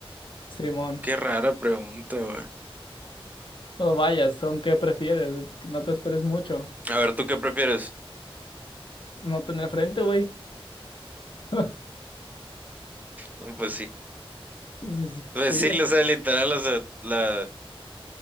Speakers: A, on the left; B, on the right.
A: Simón.
B: Qué rara pregunta, güey.
A: No vayas, ¿son qué prefieres? No te esperes mucho.
B: A ver, ¿tú qué prefieres?
A: No tener frente, güey. <laughs>
B: No, pues sí.
A: s-
B: Pues
A: Sí,
B: sí,
A: es,
B: o sea, literal, o sea, la...